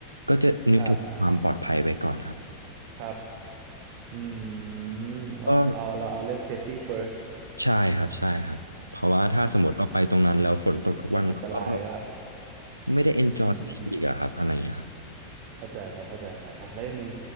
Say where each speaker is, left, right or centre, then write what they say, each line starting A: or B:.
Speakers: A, on the right; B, on the right.
A: ก็จะนึกถึงความปลอดภัยไว้ก่อนครับ
B: ครับครับอืมเราเอาเราเอาเรื่อง
A: ก็
B: safety first
A: ใช่ครับใช่ครับเพราะว่าถ้าสมมติเราไปตรงนั้นแล้วฝนตกทุกวันก็
B: อ๋อแล้วมันอันตรายก็
A: ไม่ได้ enjoy
B: อืมอืม
A: ที่อีกอะครับอะไรอย่างเงี้ยครับ
B: เข้าใจครับเข้าใจครับอ่ะแล้วยังมี